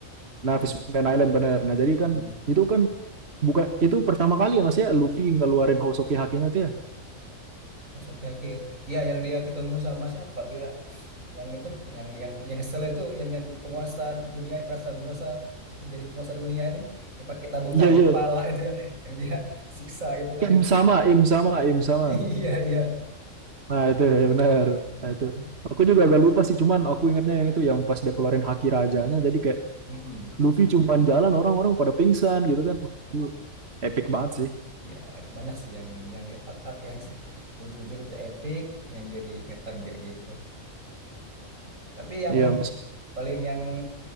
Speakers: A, on the right; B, on the right.
A: Nah, Fishman Island bener. Nah, jadi kan
B: mm
A: itu kan bukan itu pertama kali ya Mas ya Luffy ngeluarin Hosoki hakinya tuh ya.
B: Maksudnya ya yang dia ketemu sama siapa tuh ya yang itu yang yang yang sel itu yang yang penguasa dunia merasa merasa merasa jadi penguasa dunia ini yang pakai tabung-tabung
A: Iya, iya.
B: kepala itu ya yang dia <laughs> siksa gitu kan
A: Ya, Im
B: dia
A: sama,
B: pukul
A: im sama, im sama.
B: <laughs> iya iya
A: Nah, itu ya bener.
B: Mm-mm.
A: Nah, itu. Aku juga agak lupa sih, cuman aku ingatnya yang itu yang pas dia keluarin haki rajanya jadi kayak
B: Mm-mm.
A: Luffy cuman jalan orang-orang pada pingsan gitu kan. Wah, itu epic banget sih.
B: Iya, banyak sih yang yang arc yang se- ujung-ujung itu epic yang jadi ingetan kayak gitu. Tapi yang
A: Iya, Mas.
B: paling yang